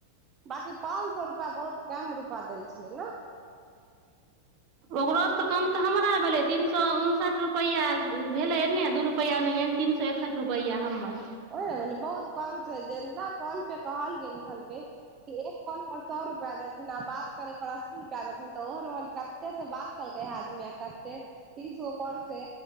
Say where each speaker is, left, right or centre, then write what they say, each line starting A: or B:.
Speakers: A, on the right; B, on the right.
A: बांकी पाँच सए रुपआ बहुत कम रुपआ देल छलै ने
B: ओकरोसँ कम तऽ हमरा भेलै तीन सए उनसठि रुपैआ भेलैन्ने दू रुपैआन् तीन सए एकसठि रुपैआ हमर
A: ओहि ने बहुत कम छै जेना कल पे कहल गेल छलखिन एक कॉल पर सए रुपआ रूपा देथिन आ बाद करेय पपर अस्सी रुपया देथिन तऽ ओहन ओन कते से बात कलकै आदमी आ कते तीसगो कल से